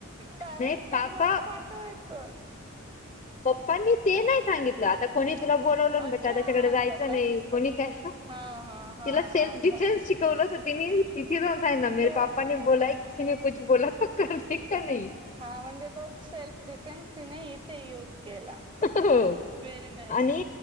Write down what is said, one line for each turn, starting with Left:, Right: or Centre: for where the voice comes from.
Right: पॅरेंट्स
Left: नाही
Right: म्हेटलं
Left: पापा
Right: मग पाठवायचं
Left: पप्पनी ते नाही सांगितलं आता कोणी तुला बोलावलं
Right: अच्छा
Left: बेटा त्याच्याकडे जायचं
Right: स्वतःच
Left: नाही कोणी काय
Right: हा हा हा
Left: तुला सेल्फ
Right: हा
Left: डिफेन्स
Right: म
Left: श बला तर तिही तिथी सां ना मेर
Right: तो
Left: पापाने बोलाय किने कुछ बोला त का नाही
Right: हा म्हणजे तोच सेल्फ डिफेन्स तिने इथे यूज केला
Left: हो
Right: व्हेरी नाईस
Left: आणि